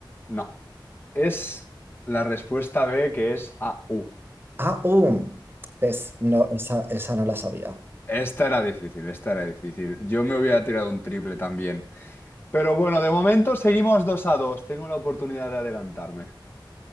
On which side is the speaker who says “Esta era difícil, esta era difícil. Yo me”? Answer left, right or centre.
Left